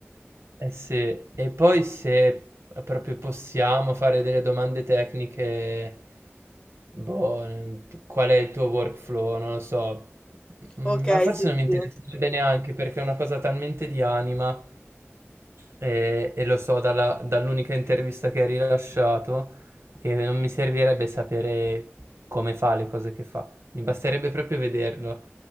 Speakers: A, on the right (about 70°); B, on the left (about 25°).
A: eh sì, e poi se proprio possiamo fare delle domande tecniche, boh, n- qual è il tuo workflow? Non lo so, Mm,
B: Ok,
A: ma
B: Mhm.
A: forse
B: sì,
A: non mi interesserebbe
B: sì,
A: neanche perché è una cosa talmente di anima e, e lo so dalla- dall'unica intervista che hai rilasciato che non mi servirebbe sapere come fa le cose che fa, mi basterebbe proprio vederlo